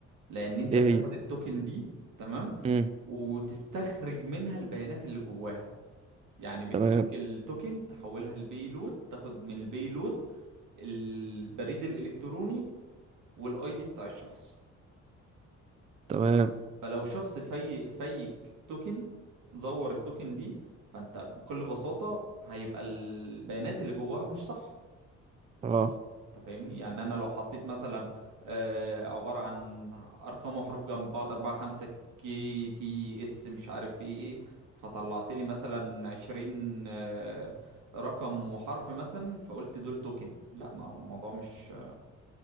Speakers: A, on the right; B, on the right.
A: لان انت
B: ايه
A: بتاخد
B: هي
A: التوكن دي تمام
B: امم
A: وتستخرج منها البيانات اللي جواها يعني بتفك
B: تمام
A: التوكن تحولها لبيلود تاخد من البيلود البريد الالكتروني والاي دي بتاع الشخص
B: تمام
A: فلو شخص في فيك توكن زور التوكن دي فانت بكل بساطة هيبقى البيانات اللي جواها مش صح
B: اه
A: انت فاهمني يعني انا لو حطيت مثلا آه، عبارة عن ارقام وحروف جنب بعض اربعة خمسة كي تي اس مش عارف ايه ايه فطلعت لي مثلا عشرين آه، رقم وحرف مثلا فقلت دول توكن لا ما هو الموضوع مش